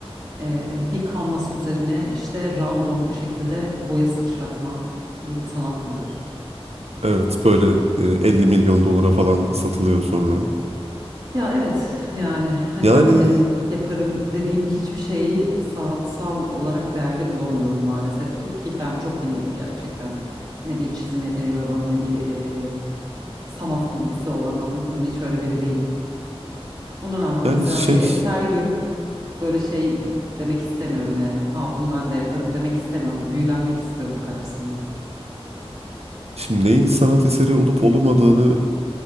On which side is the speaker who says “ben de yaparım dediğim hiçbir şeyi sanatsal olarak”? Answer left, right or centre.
Right